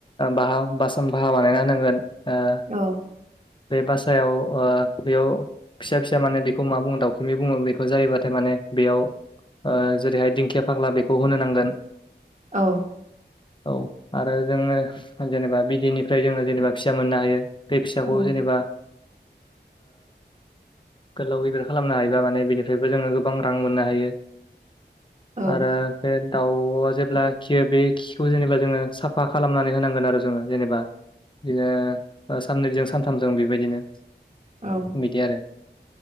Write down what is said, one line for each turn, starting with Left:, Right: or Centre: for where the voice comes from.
Left: बाहा बासन बाहा बानायना होनांगोन ओ
Right: औ
Left: बे बासायाव ओ बेयाव फिसा फिसा माने बेखौ मा बुङो दाउखुमै बुंङो बेखौ जायोबाथाय माने बेयाव ओ जेरैहाय दिंखिया फाग्ला बेखौ होनो नांगोन
Right: औ
Left: औ आरो जोंङो जेनेबा बिदैनिफ्राय जोंङो जेनेबा फिसा मोननो हायो। बे फिसाखौ
Right: औ
Left: जेनेबा गोलाव गिदिर खालामनो हायोबा माने बेनिफ्रायबो जोंङो गोबां रां मोननो हायो
Right: औ
Left: आरो बे दाउआ जेब्ला खियो बे खिखौ जेनेबा जोंङो साफा खालामनानै होनांगोन आरो जोंङो जेनेबा बिदिनो साननैजों सानथामजों बेबायदिनो
Right: औ
Left: बिदि आरो